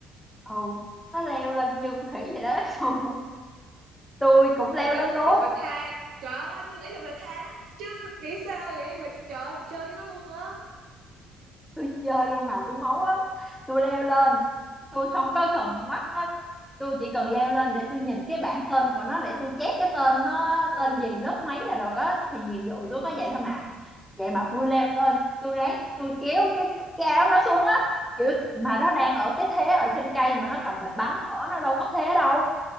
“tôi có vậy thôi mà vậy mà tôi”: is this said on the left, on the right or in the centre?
Centre